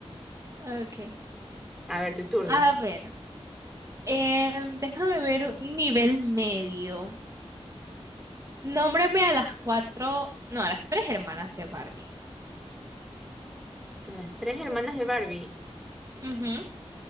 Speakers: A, on the right (about 30°); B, in the centre.
A: Ok.
B: A ver, tu turno.
A: A ver. Em, déjame ver un nivel medio. Nómbrame a las cuatro, no, a las tres hermanas de Barbie.
B: Las tres hermanas de Barbie.
A: Ujú.